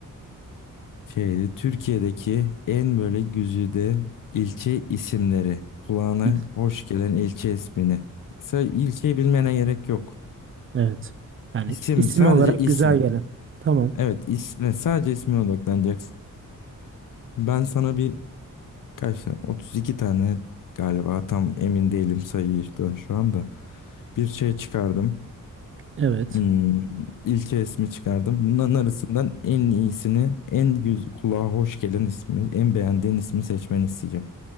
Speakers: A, on the left; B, on the right.
A: Şeydi Türkiye'deki en böyle güzide ilçe isimleri. Kulağına
B: İl-
A: hoş gelen ilçe ismini. Sa- İlçeyi bilmene gerek yok.
B: Evet. Yani
A: İsim
B: isim
A: sadece
B: olarak
A: isim.
B: güzel gelen. Tamam.
A: Evet isme sadece isme odaklanacaksın. Ben sana bir kaç tane 32 tane galiba tam emin değilim sayıydan şu anda. Bir şey çıkardım.
B: Evet.
A: Hmm, ilçe ismi çıkardım. Bunların arasından en iyisini, en güz kulağa hoş gelen ismi, en beğendiğin ismi seçmeni isteyeceğim.